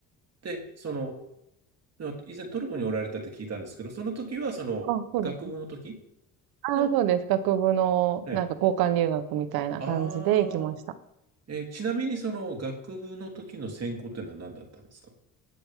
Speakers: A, on the right (about 45°); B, on the right (about 80°).
A: で、その、あ以前トルコにおられたって聞いたんですけど、その時は、その、
B: あ、そうですね。
A: 学部の時
B: あ、
A: の、
B: そうです。学部のなんか交換留学みたいな感じで行きました。
A: ええ、ああ、えーちなみに、その、学部の時の専攻ってのは何だったんですか